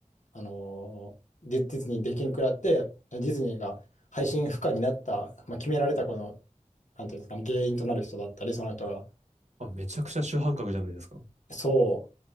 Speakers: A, on the left; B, on the right.
A: あのーディ、ディズニーできんくらって、ディズニーが配信不可になった、まあ、決められたこの、なんていうんですかね、原因となる人だったり、その人が。
B: あ、めちゃくちゃ主犯格じゃないですか。
A: そ